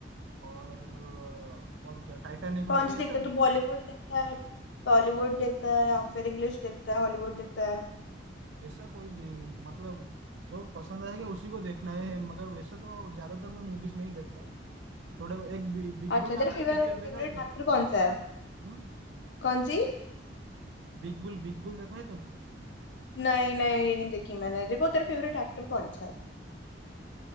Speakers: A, on the right; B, on the left.
A: और और क्या टाइटैनिक हो
B: कौन
A: गया
B: सी देखता
A: ऐसा
B: है तो बॉलीवुड देखता है टॉलीवुड देखता है या फिर इंग्लिश देखता है हॉलीवुड देखता है
A: ऐसा कोई दे- मतलब जो पसंद आएगा उसी को देखना है मगर वैसे तो ज्यादातर मैं मूवीज नहीं देखता थोड़े एक बि, बिग
B: अच्छा
A: बुल नाम
B: तेरा
A: की
B: फेवरेट
A: पिक्चर देखा
B: फेवरेट
A: है तुमने
B: एक्टर कौन सा है
A: हम्म
B: कौन सी
A: बिग बुल बिग बुल देखा है तुमने
B: नहीं नहीं ये नहीं देखी मैंने देखो तेरा फेवरेट एक्टर कौन सा है